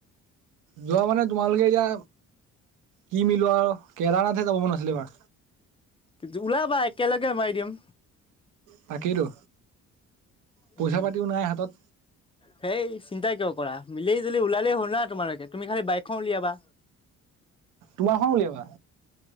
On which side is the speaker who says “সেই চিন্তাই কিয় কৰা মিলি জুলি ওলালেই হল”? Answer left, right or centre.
Left